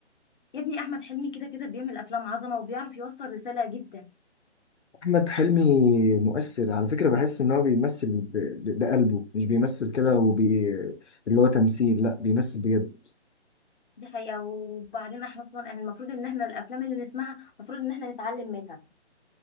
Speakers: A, on the left; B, on the left.
A: يا ابني احمد حلمي كده كده بيعمل افلام عظمه وبيعرف يوصل رساله جدا
B: أحمد حلمي مؤثر على فكرة بحس إن هو بيمثل ب- ب- بقلبه مش بيمثل كده وبي اللي هو تمثيل لا بيمثل بجد
A: دي حقيقه وبعدين احنا اصلا يعني المفروض ان احنا الافلام اللي نسمعها المفروض ان احنا نتعلم منها